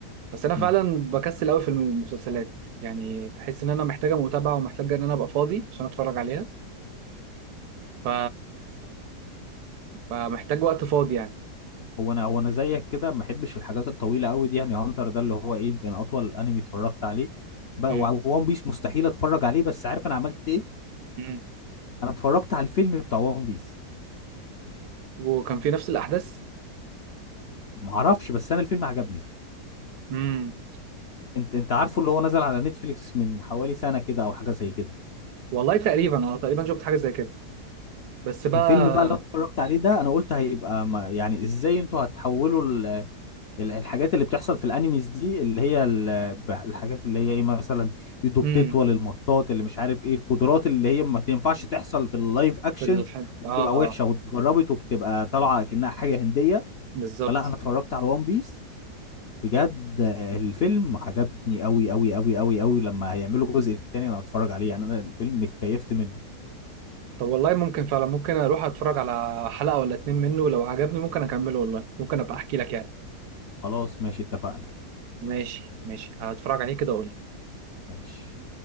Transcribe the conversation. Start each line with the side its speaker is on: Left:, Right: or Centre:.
Right: بس انا فعلا
Left: أمم.
Right: بكسل قوي في المسلسلات يعني بحس ان انا محتاجه متابعه ومحتاجه ان انا ابقى فاضي عشان اتفرج عليها ف... فمحتاج وقت فاضي يعني
Left: هو انا هو انا زيك كده ما بحبش الحاجات الطويله قوي دي يعني هانتر ده اللي هو ايه يمكن اطول انمي اتفرجت عليه بقى
Right: امم
Left: وون بيس مستحيل اتفرج عليه بس عارف انا عملت ايه
Right: امم
Left: انا اتفرجت على الفيلم بتاع ون بيس
Right: وكان في نفس الاحداث
Left: معرفش بس انا الفيلم عجبني
Right: امم
Left: انت انت عارفه اللي هو نزل على نتفليكس من حوالي سنة كده او حاجة زي كده
Right: والله تقريبا انا تقريبا شفت حاجه زي كده بس بقى
Left: الفيلم بقى اللي انا اتفرجت عليه ده انا قلت هيبقى ما يعني ازاي انتوا هتحولوا ال- ال- الحاجات اللي بتحصل في الانيميز دي اللي هي ال- ب- الحاجات اللي هي ايه مثلا ايده بتطول
Right: امم
Left: المطاط اللي مش عارف ايه القدرات اللي هي ما تنفعش تحصل في اللايف اكشنز
Right: في الحد
Left: وبتبقى
Right: اه
Left: وحشة
Right: اه
Left: واتجربت وبتبقى طالعة كأنها حاجة هندية
Right: بالظبط
Left: فلا انا اتفرجت على وان بيس بجد الفيلم عجبني قوي قوي قوي قوي قوي لما هيعملوا جزء تاني انا هتفرج عليه يعني انا الفيلم اتكيفت منه
Right: طب والله ممكن فعلا ممكن اروح اتفرج على حلقه ولا اتنين منه لو عجبني ممكن اكمله والله ممكن ابقى احكي لك يعني
Left: خلاص ماشي اتفقنا
Right: ماشي ماشي هتفرج عليه كده وأقول
Left: ماشي